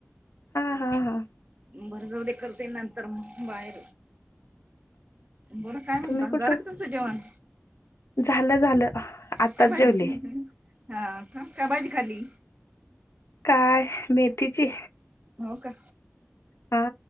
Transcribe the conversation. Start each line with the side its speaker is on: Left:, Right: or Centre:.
Left: हा हा हा.
Right: बर जाऊले करते नंतर बाहेर. बोला काय म्हणता
Left: तुम्ही कुठून
Right: जरा का तुमचं जेवण.
Left: झालं झालं. आताच
Right: त्या भाजी
Left: जेवले.
Right: हा का काय भाजी खाली.
Left: काय, मेथीची
Right: हो का!
Left: हा